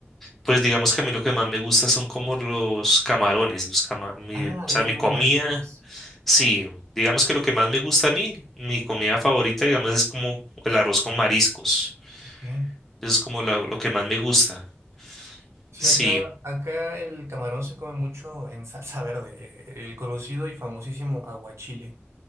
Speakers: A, in the centre; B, on the right (about 85°).
A: Pues digamos que a mí lo que más me gusta son como los camarones, los cama, mi,
B: Ah,
A: o sea,
B: eres
A: mi
B: más
A: comida.
B: de mariscos.
A: Sí, digamos que lo que más me gusta a mí, mi comida favorita, digamos, es como el arroz con mariscos.
B: Ok.
A: Eso es como lo, lo que más me gusta.
B: Sí,
A: Sí,
B: acá, acá el camarón se come mucho en salsa verde, eh, el conocido y famosísimo aguachile,